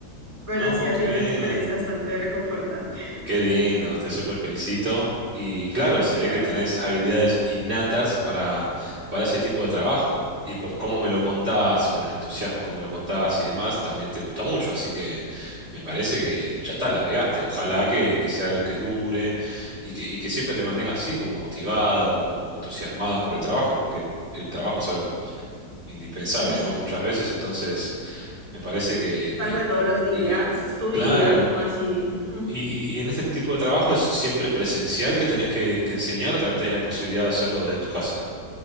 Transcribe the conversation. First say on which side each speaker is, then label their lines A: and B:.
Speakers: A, on the right; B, on the right.
A: pero
B: No,
A: sí ha
B: qué
A: sido
B: bien.
A: una experiencia bastante reconfortante.
B: Qué lindo, te súper felicito. Y claro, se
A: <laughs> Gracias.
B: ve que tenés habilidades innatas para, para ese tipo de trabajo. Y por cómo me lo contás, con el entusiasmo que me lo contás y demás, también te gusta mucho. Así que me parece que ya está, la pegaste. Ojalá que, que sea algo que dure y que, y que siempre te mantengas así, como motivada, como entusiasmada por el trabajo, porque el trabajo es algo indispensable,
A: Uy, sí.
B: ¿no? Muchas veces, entonces me parece que,
A: Salgo
B: que,
A: de todos los días,
B: muy bien.
A: es tu
B: Claro.
A: vida, como así. Mm.
B: Y, y- y en este tipo de trabajo es siempre presencial que tenés que, que enseñar o también tenés la posibilidad de hacerlo desde tu casa.